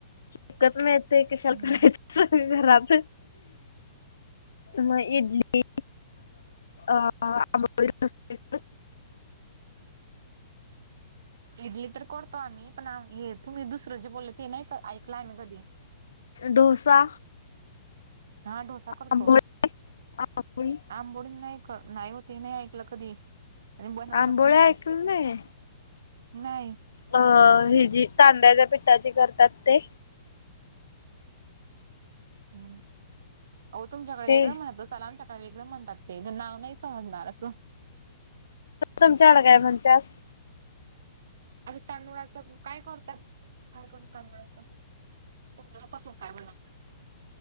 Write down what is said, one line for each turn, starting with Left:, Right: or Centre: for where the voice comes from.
Left: विकत मिळतंय, कशाला
Right: हम्म
Left: करायचं घरात मग इडली इडली, आंबोळी <unintelligible>
Right: इडली तर करतो आम्ही पण. आ हे, तुम्ही दुसरं जे बोलल, ते नाही ऐकला आम्ही कधी.
Left: डोसा
Right: हा डोसा करतो.
Left: आंबोळी आंबोळी
Right: आंबोडी नाही कर नाही ओ. ते नाही ऐकलं कधी? आणि बनवलं
Left: आंबोळ्या
Right: पण नाही-नाही.
Left: ऐकलं नाही अ, ही जी तांदळाच्या पिठाची करतात, ते?
Right: हम्म, अहो तुमच्याकडे
Left: ते
Right: वेगळं म्हणत असतील. त्याला आमच्याकड वेगळं म्हणतात ते. नाव नाही समजणार असं.
Left: तुमच्याकड काय म्हणत्यात?
Right: अस तांदुळाचं काय करतात? काय <unintelligible> तांदुळाचं? तांदुळापासून काय बनवतात?